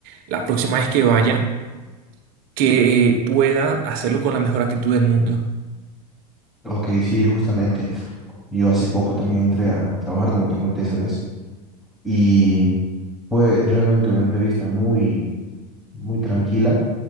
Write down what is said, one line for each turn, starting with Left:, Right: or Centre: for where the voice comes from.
Right: la próxima vez que vaya, que pueda hacerlo con la mejor actitud del mundo?
Centre: Ok, sí, justamente. Yo hace poco también entré a, a trabajar, como te conté esa vez, y fue realmente una entrevista muy, muy tranquila,